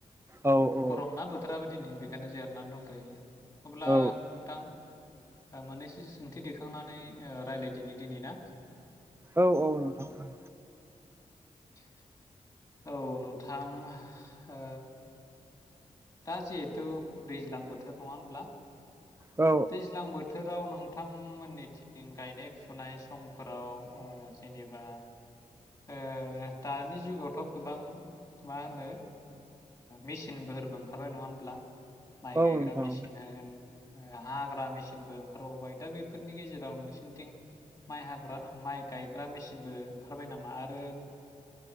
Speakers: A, on the right; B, on the left.
A: औ औ
B: गरम ना बोथोराबो दिनै बे बेखायनो जिरायनानै दंथ'यो अब्ला
A: औ
B: नोंथां मोननैसो सोंथि दैखांनानै रायलायदिनि दिनै ना
A: औ औ नोंथां
B: <inaudible> औ नोंथां ओ दा जिहेथु दैज्लां बोथोर नङा होनब्ला
A: औ
B: दैज्लां बोथोराव नों नोंथांमोननिथिं गायनाय फुनाय समफोराव जेनेबा ओ दा दानि जुगावथ' गोबां मा होनो मेसिन <unintelligible> ओंखारबाय नङा होनब्ला माइ
A: औ
B: गायग्रा
A: नोंथां
B: मेसिन होन हाग्रा मेसिनबो ओंखारबावबाय दा बेफोरनि गेजेराव नोंसिनिथिं माइ हाग्रा माइ गायग्रा मेसिनबो ओंखारबाय नामा आरो